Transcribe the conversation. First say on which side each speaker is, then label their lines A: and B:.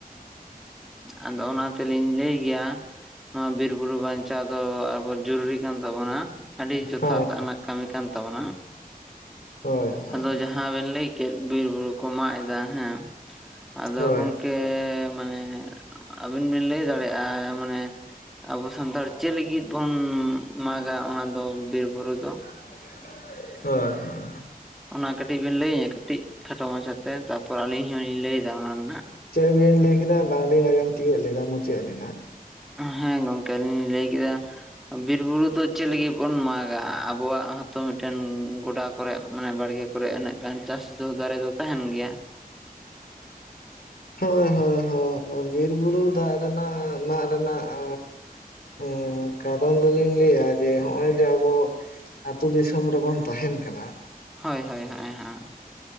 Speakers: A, in the centre; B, on the left (about 80°).
A: ᱟᱫᱚ ᱚᱱᱟ ᱛᱮᱞᱤᱧ ᱞᱟᱹᱭ ᱜᱮᱭᱟ ᱱᱚᱣᱟ ᱵᱤᱨ ᱵᱩᱨᱩ ᱵᱟᱧᱪᱟᱣ ᱫᱚ ᱟᱵᱚ ᱡᱩᱨᱩᱨᱤ ᱠᱟᱱ ᱛᱟᱵᱚᱱᱟ ᱾ ᱟᱹᱰᱤ ᱡᱚᱛᱷᱟᱛ
B: ᱦᱳᱭ
A: ᱟᱱᱟᱜ ᱠᱟᱹᱢᱤ ᱠᱟᱱ ᱛᱟᱵᱚᱱᱟ᱾
B: ᱦᱳᱭ ᱦᱳᱭ
A: ᱟᱫᱚ ᱡᱟᱦᱟᱸ ᱵᱮᱱ ᱞᱟᱹᱭ ᱠᱮᱫ ᱵᱤᱨᱵᱩᱨᱩ ᱠᱚ ᱢᱟᱜ ᱮᱫᱟ ᱦᱮᱸ ᱟᱫᱚ
B: ᱦᱳᱭ
A: ᱜᱚᱢᱠᱮ ᱠᱮᱻ ᱢᱟᱱᱮ ᱟᱹᱵᱤᱱ ᱵᱤᱱ ᱞᱟᱹᱭ ᱫᱟᱲᱮᱭᱟᱜᱼᱟ ᱢᱟᱱᱮ ᱟᱵᱚ ᱥᱟᱱᱛᱟᱲ ᱪᱮᱜ ᱞᱤᱜᱤᱫ ᱵᱚᱱ ᱢᱟᱜᱟ ᱚᱱᱟ ᱫᱚ ᱵᱤᱨ ᱵᱩᱨᱩ ᱫᱚ᱾
B: <unintelligible> ᱦᱳᱭ ᱦᱳ᱾
A: ᱚᱱᱟ ᱠᱟᱹᱴᱤᱡ ᱵᱮᱱ ᱞᱟᱹᱭ ᱟᱧᱟ ᱠᱟᱹᱴᱤᱡ ᱠᱷᱟᱴᱚ ᱢᱟᱪᱷᱟᱛᱮ ᱛᱟᱯᱚᱨ ᱟᱹᱞᱤᱧ ᱦᱩᱧ ᱞᱮᱭᱫᱟ ᱚᱱᱟ ᱨᱮᱱᱟᱜ᱾
B: ᱪᱮᱜ ᱵᱤᱱ ᱞᱟᱹᱭ ᱠᱮᱫᱟ ᱵᱟᱝᱞᱤᱧ ᱟᱸᱡᱚᱢ ᱛᱤᱭᱟᱹᱜ ᱞᱮᱫᱟ ᱢᱩᱪᱟᱹᱫ ᱨᱮᱱᱟᱜ᱾
A: ᱦᱮᱸ ᱜᱚᱝᱠᱮ ᱟᱹᱞᱤᱧ ᱞᱤᱧ ᱞᱮᱭ ᱠᱮᱫᱟ ᱵᱤᱨ ᱵᱩᱨᱩ ᱫᱚ ᱪᱮᱜ ᱞᱤᱜᱤᱫ ᱵᱚᱱ ᱢᱟᱜᱟ, ᱟᱵᱚᱣᱟᱜ ᱦᱚᱸᱛᱚ ᱢᱤᱼᱴᱮᱱ ᱜᱚᱰᱟ ᱠᱚᱨᱮ ᱢᱟᱱᱮ ᱵᱟᱲᱜᱮ ᱠᱚᱨᱮ ᱤᱱᱟᱹᱜ ᱜᱟᱱ ᱪᱟᱥ ᱫᱚ ᱫᱟᱨᱮ ᱫᱚ ᱛᱟᱦᱮᱱ ᱜᱮᱭᱟ ᱾
B: ᱦᱳᱭ ᱦᱳᱭ ᱦᱳᱭ ᱵᱤᱨ ᱵᱩᱨᱩ ᱫᱟᱜ ᱨᱮᱱᱟᱜ ᱢᱟᱜᱽ ᱨᱮᱱᱟᱜ <inaudible> <inaudible> ᱠᱟᱨᱚᱱ ᱫᱚᱞᱤᱧ ᱞᱮᱭᱟ ᱡᱮ ᱦᱚᱜᱼᱚᱭ ᱡᱮ ᱟᱵᱚ ᱾ ᱟᱹᱛᱩ ᱫᱤᱥᱚᱢ ᱨᱮᱵᱚᱱ ᱛᱟᱸᱦᱮᱱ ᱠᱟᱱᱟ ᱾
A: ᱦᱳᱭ ᱦᱳᱭ ᱦᱮᱜ ᱦᱟᱸᱜ ᱾